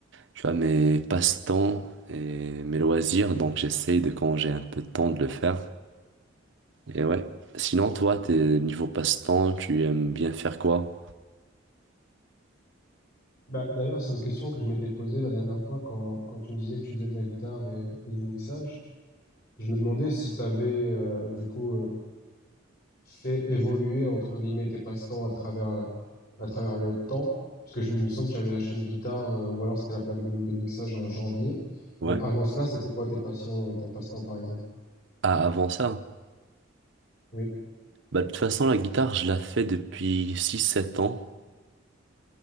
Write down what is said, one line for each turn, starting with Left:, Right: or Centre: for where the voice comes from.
Right: tu vois, mes passe-temps et mes loisirs. Donc j'essaye de, quand j'ai un peu de temps, de le faire. Et ouais. Sinon, toi, t'es niveau passe-temps, tu aimes bien faire quoi?
Left: Bah, d'ailleurs, c'est une question que je m'étais posée la dernière fois quand, quand tu me disais que tu faisais de la guitare et, et du mixage. Je me demandais si tu avais du coup euh, fait évoluer entre guillemets tes passe-temps à travers euh, à travers le temps, puisque je me sens que tu avais acheté une guitare euh, ou alors c'était la plaque de, de mixage en janvier.
Right: Ouais.
Left: Mais avant cela, c'était quoi tes passions et ton passe-temps par exemple?
Right: Ah, avant ça?
Left: Oui,
Right: Bah, de toute façon, la guitare, je la fais depuis six sept ans.